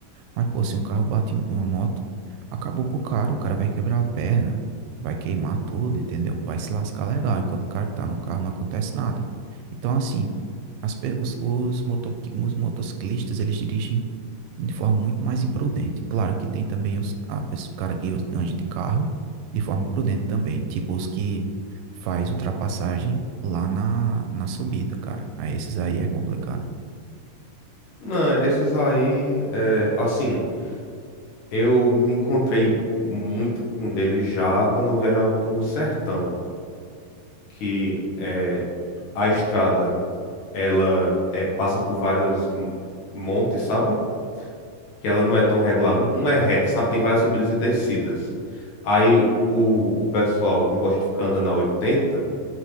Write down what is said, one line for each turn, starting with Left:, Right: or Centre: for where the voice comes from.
Right: Mas, pô, se um carro bate em uma moto, acabou pro cara, o cara vai quebrar a perna, vai queimar tudo, entendeu? Vai se lascar legal, enquanto o cara que tá no carro não acontece nada. Então, assim, as pe- os, os, moto, os motociclistas, eles dirigem de forma muito mais imprudente. Claro que tem também os a pessoa, o cara que anda de carro de forma imprudente também, tipo os que faz ultrapassagem lá na, na subida, cara. Aí esses aí é complicado.
Left: Não, esses aí, é, assim. Eu me encontrei muito com dele já quando eu viajava pro sertão, que é, a estrada, ela é, passa por vários m- montes, sabe? Que ela não é tão regular, não não é reta, sabe? Tem várias subidas e descidas. Aí o, o pessoal não gosta de ficar andando a 80,